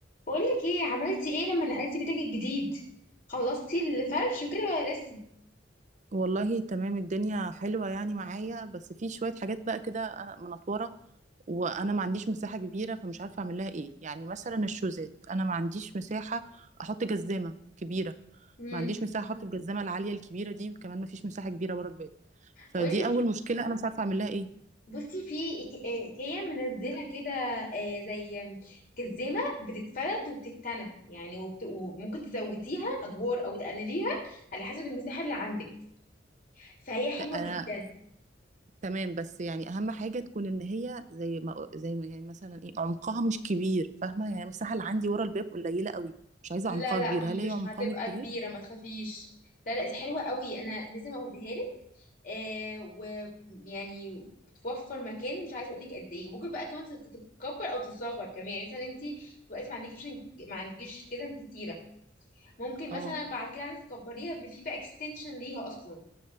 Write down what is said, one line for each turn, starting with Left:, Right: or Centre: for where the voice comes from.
Left: بقولك ايه عملتي ايه لما نقلتي بيتك الجديد خلصتي الفرش وكده ولا لسه
Right: والله تمام الدنيا حلوة يعني معايا بس في شوية حاجات بقى كده أنا منطورة وأنا ما عنديش مساحة كبيرة فمش عارفة أعمل لها إيه يعني مثلا الشوزات أنا ما عنديش مساحة أحط جزامة كبيرة
Left: امم
Right: ما عنديش مساحة أحط الجزامة العالية الكبيرة دي وكمان ما فيش مساحة كبيرة ورا الباب فدي
Left: بقولك
Right: أول
Left: إيه،
Right: مشكلة أنا مش عارفة أعمل لها إيه
Left: بصي في إيك- آه، ايكيا منزله كده آه، زي جزمه بتتفرد وبتتنى يعني وبت... وممكن تزوديها ادوار او تقلليها على حسب المساحه اللي عندك فهي حلوه
Right: ت- أنا
Left: جدا
Right: تمام بس يعني أهم حاجة تكون إن هي زي ما زي ما يعني مثلا إيه عمقها مش كبير فاهمة يعني المساحة اللي عندي ورا الباب قليلة قوي مش عايزة
Left: لا
Right: عمقها
Left: لا
Right: كبير هل هي
Left: مش
Right: عمقها
Left: هتبقى
Right: مش كبير؟
Left: كبيرة ما تخافيش لا لا دي حلوة قوي انا لازم اوريها لك آه ويعني بتوفر مكان مش عايزه اقول لك قد ايه ممكن بقى كمان تت- تتكبر او تتصغر كمان يعني مثلا انت دلوقتي ما عندكيش ما عندكيش كده كتيره ممكن مثلا
Right: اه
Left: بعد كده عايزه تكبريها بيبقى في بقى اكستنشن ليها اصلا